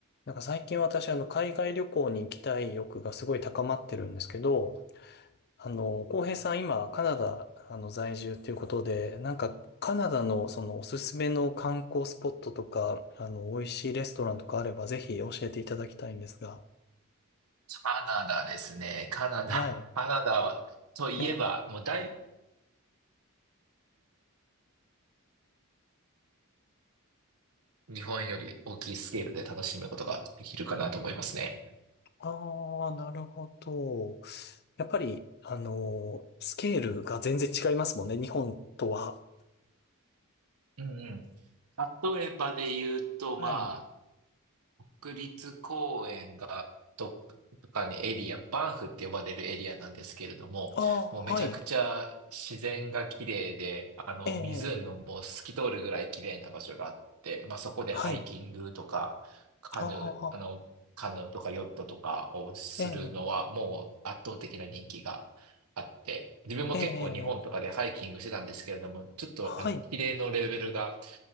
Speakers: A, on the left (about 50°); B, on the right (about 85°).
A: なんか最近私、あの、海外旅行に行きたい欲がすごい高まってるんですけど、あの、浩平さん今、カナダ、あの、在住ということで、なんか、カナダのそのおすすめの観光スポットとか、あの、美味しいレストランとかあれば、ぜひ教えていただきたいんですが。
B: カナダですね。カナダ。
A: はい。
B: <laughs> カナダは、といえば、
A: ね。
B: もうだいぶ日本より大きいスケールで楽しむことができるかなと思いますね。
A: ああ、なるほど。やっぱり、あの、スケールが全然違いますもんね、日本とは。
B: うんうん。例えばで言うと、
A: はい。
B: まあ、国立公園がどっかにエリア、バンフって呼ばれるエリアなんですけれども、
A: ああ、
B: もうめちゃくちゃ自然が綺麗で、
A: はい。
B: あの湖ももう透き通るぐらい綺麗な場所があって、
A: ええ、
B: まあ、そこでハイキングとか、
A: はい。
B: カヌー、
A: ああ、
B: あの、カヌーとかヨットとかをするのはもう圧倒的な人気があって、
A: ええ。
B: 自分も結構日本とかでハイキングしてたんですけれども、
A: ええ、ええ
B: ちょっとあの、
A: はい。
B: 綺麗のレベルが